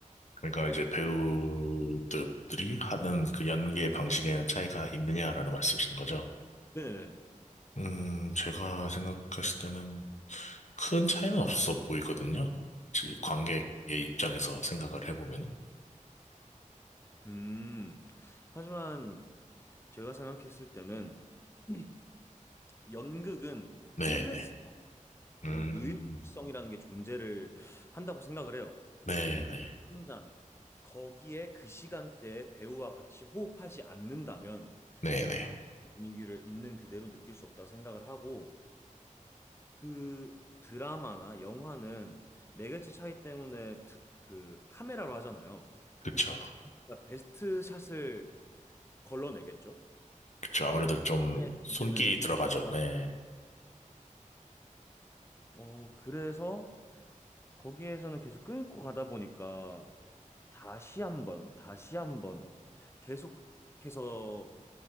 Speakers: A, on the left; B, on the left.
A: 그러니까 이제 배우들이 하는 그 연기의 방식에는 차이가 있느냐라는 말씀이신 거죠.
B: 네네.
A: 음, 제가 생각했을 때는 큰 차이는 없어 보이거든요. 지- 관객의 입장에서 생각을 해보면.
B: 음, 하지만 제가 생각했을 때는 네. 연극은
A: 네네.
B: 일회성 그리고
A: 음,
B: 유일성이라는 게 존재를 한다고 생각을 해요.
A: 네네.
B: 그 현장 거기에 그 시간대에 배우와 같이 호흡하지 않는다면
A: 네네.
B: 그 현장 분위기를 있는 그대로 느낄 수 없다고 생각을 하고 그 드라마나 영화는 매개체 차이 때문에 트- 그 카메라로 하잖아요.
A: 그쵸.
B: 그러니까 베스트 샷을 걸러내겠죠?
A: 그쵸. 아무래도 좀
B: 네.
A: 손길이
B: 장면을
A: 들어가죠.
B: 걸러내다.
A: 네.
B: 어, 그래서 거기에서는 계속 끊고 가다 보니까 다시 한번, 다시 한번 계속해서